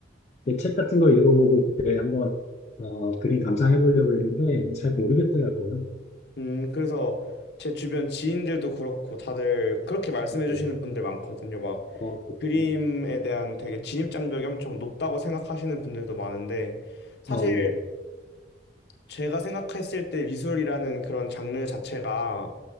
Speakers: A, on the left (about 35°); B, on the left (about 65°).
A: 이게 책 같은 거 읽어보고 그때 한번 어, 그림 감상해 보려고 했는데, 잘 모르겠더라고요.
B: 음, 그래서 제 주변 지인들도 그렇고 다들 그렇게 말씀해
A: 네.
B: 주시는 분들 많거든요. 막
A: 어, 그렇군요.
B: 그림에 대한 되게 진입장벽이 엄청 높다고 생각하시는 분들도 많은데 사실
A: 어, 예.
B: 제가 생각했을 때 미술이라는 그런 장르 자체가